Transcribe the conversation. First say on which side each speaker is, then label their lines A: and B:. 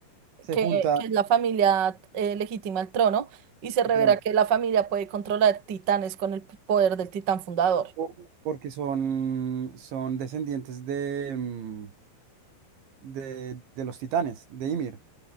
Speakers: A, on the right (about 70°); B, on the right (about 45°).
A: se
B: que,
A: junta
B: que es la familia eh, legítima al trono, y se revela
A: el trono,
B: que la familia puede controlar titanes con el poder del titán fundador.
A: o- porque son, son descendientes de... em, de, de los titanes, de Ymir,